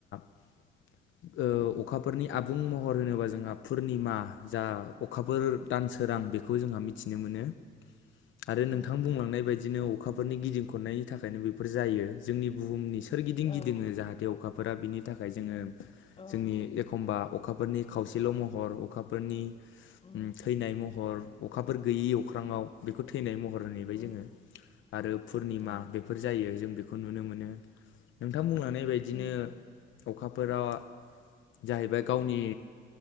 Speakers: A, on the left (about 75°); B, on the left (about 30°).
A: <inaudible> ओ अखाफोरनि आबुं महर होनोबा जोंहा पुर्निमा जा अखाफोर दानसोरां रां बेखौ जोंहा मिथिनो मोनो। आरो
B: उम
A: नोंथां बुंलांनाय बायदिनो अखाफोरनि गिदिं खननायनि थाखायनो बेफोर जायो जोंनि बुहुमनि सोर गिदिं गिदिङो
B: औ
A: जाहाथे अखाफोरा बिनि थाखाय जोङो
B: औ
A: जोंनि एखमबा अखाफोरनि खावसेल' महर अखाफोरनि
B: उम
A: थैनाय महर अखाफोर गैयि अख्रांङाव बेखौ थैनाय महर हरहैबाय
B: उम
A: जोङो आरो पुर्निमा
B: उम
A: बेफोर जायो जों बेखौ खौ नुनो मोनो नोंथां बुंनानै बदिनो
B: उम
A: अखाफोराव जाहैबाय गावनि